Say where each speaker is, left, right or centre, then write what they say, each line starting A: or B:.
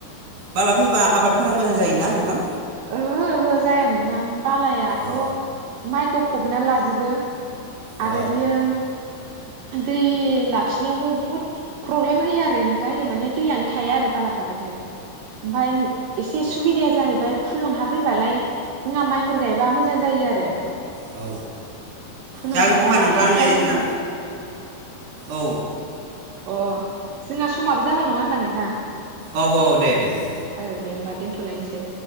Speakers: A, on the right; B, on the right.
A: बाला फैबा आबादफोरा
B: ओं
A: मोजां जायोना? थां।
B: ओहो ओहो जाया नोंथां बालायाथ'
A: अ
B: माइखौ फबना लाजोबो।
A: औ
B: आरो बियो दै लाखिनायावबो बुहुद प्रब्लेम होयो आरो हेंथा होयो माने दैयानो थाया आरो बाला थाबाथाय ओमफाय एसे सुबिदाया जाहैबाय फुलुंहा फैबालाय जोंहा माइफोर गायबा मोजां जायो आरो
A: औ
B: फुलुं
A: जागोन
B: हाया
A: खोमा नोंथां
B: हासार
A: नै जोंना
B: होनबा
A: औ।
B: अ जोंहा समाबो जाबाय नङा होनबा नोंथां।
A: औ औ दे दे दे।
B: ओ दे होमबा दोनथ'लायनोसै।